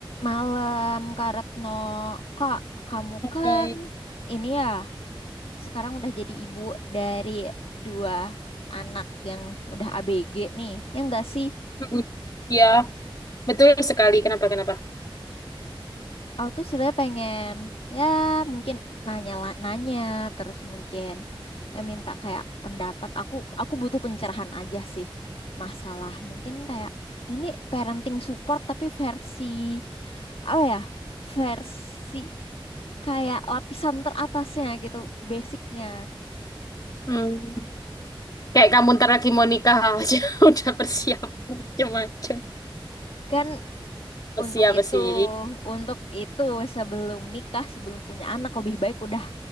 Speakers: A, on the left (about 90°); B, on the left (about 45°).
A: Malam, Kak Retno. Kak, kamu kan
B: Baik.
A: ini ya, sekarang udah jadi ibu dari dua anak yang udah ABG nih. Ya enggak sih?
B: Mm-mm. Ya, betul sekali. Kenapa, kenapa?
A: Aku tuh sebenarnya pengen, ya mungkin nanya-nanya, terus mungkin ya minta kayak pendapat. Aku aku butuh pencerahan aja sih. Masalah mungkin kayak "Eh, ini parenting support tapi versi apa ya? Versi kayak lapisan teratasnya gitu, basicnya.
B: Hmm, kayak kamu ntar lagi mau nikah aja <laughs> udah bersiap macam-macam.
A: Kan untuk
B: Siap
A: itu,
B: sih.
A: untuk itu sebelum nikah, sebelum punya anak lebih baik udah